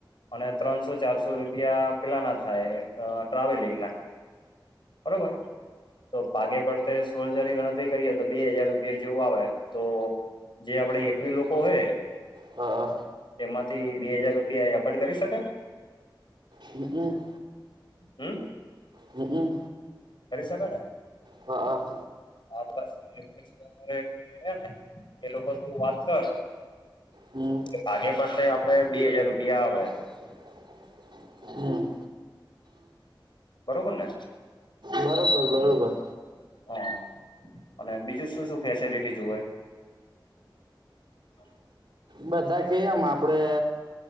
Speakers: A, on the left; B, on the right.
A: અને ત્રણસો ચારસો રૂપિયા પેલા ના થાય ટ્રાવેલિંગ ના બરોબર તો ભાગે પડ તા સોલ્જરી ગણતરી કરીએ તો બે હાજાર રૂપિયા જેવુ આવે તો જે આપડે એકવી લોકો હોય
B: હ હા
A: એમાંથી બે હજાર રૂપિયા એફોર્ડ કરી શકાય
B: હમ્મ.
A: હમ્મ.
B: હમ્મ હમ્મ.
A: કરી શકો ને
B: હા હા
A: હા બસ રે ને એ લોકો તું વાત કર
B: હમ્મ.
A: કે ભાગે પડતે આપડે બે હાજાર રૂપિયા આવે
B: <inaudible> હમ્મ.
A: બરોબર ને
B: બરોબર બરોબર
A: હા અને બીજું શું શું ફેસિલિટી જોએ <unintelligible>
B: બધા કે એમ આપડે